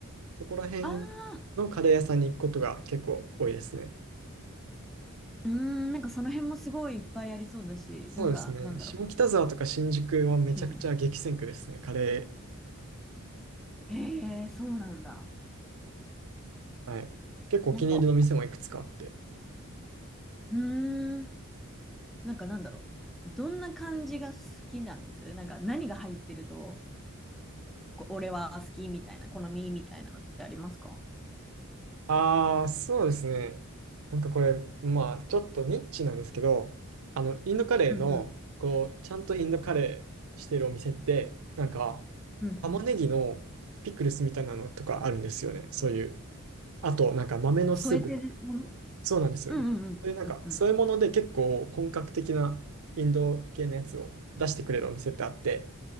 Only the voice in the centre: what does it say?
ああ、うーん、なんかその辺もすごいいっぱいありそうだし、
なんか、なんだろ
う。うん。
へえ、そうなんだ。
なんか、うーん、なんかなんだろう。どんな感じが好きなんですなんか何が入ってると、こう俺は好きみたいな、好みみたいなのってありますか
うんうん、
うんうん。
添えてるもの
うんうんうん、
うんうん、